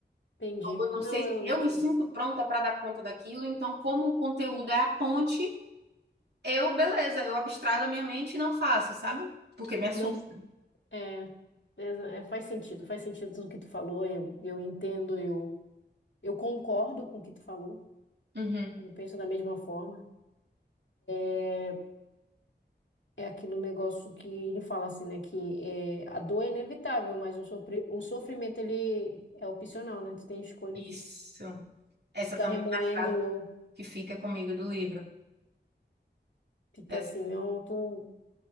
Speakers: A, on the left; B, on the right.
A: entendi.
B: Ou Eu não
A: Não,
B: sei se
A: eu
B: eu
A: te
B: me sinto
A: entendo.
B: pronta para dar conta daquilo. Então, como o conteúdo é a ponte, eu, beleza, eu abstraio da minha mente e não faço, sabe? Porque me assusta.
A: Não, é, exa- é, faz sentido. Faz sentido tudo que tu falou. Eu, eu entendo, eu, eu concordo com o que tu falou.
B: Uhum.
A: Eu penso da mesma forma. É, É aquele negócio que ele fala assim, né? Que é, a dor é inevitável, mas o, sofri- o sofrimento ele é opcional, né? Tu tem a escolha
B: Isso.
A: de
B: Essa
A: ficar
B: também
A: remoendo,
B: é a frase que fica comigo do livro.
A: fica
B: É
A: assim, não, tu